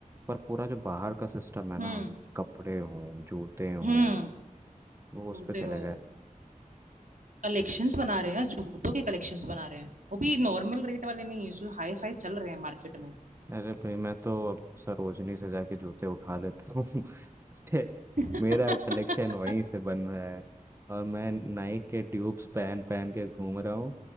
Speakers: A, on the right; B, on the right.
A: पर पूरा जो बाहर का सिस्टम है ना
B: हम्म
A: कपड़े हों जूते हों
B: हम्म
A: वो उस
B: रोते
A: पे चले
B: हो
A: गए
B: कलेक्शंस बना रहे हैं जूतों के कलेक्शंस बना रहे हैं वो भी नॉर्मल रेट वाले नहीं जो हाई फाई चल रहे हैं मार्केट में
A: अरे भाई मैं तो अब सरोजनी से जाके जूते उठा लेता हूँ <laughs> उससे
B: <laughs>
A: मेरा कलेक्शन वहीं से बन रहा है और मैं नाइक के ट्यूब्स पहन पहन के घूम रहा हूँ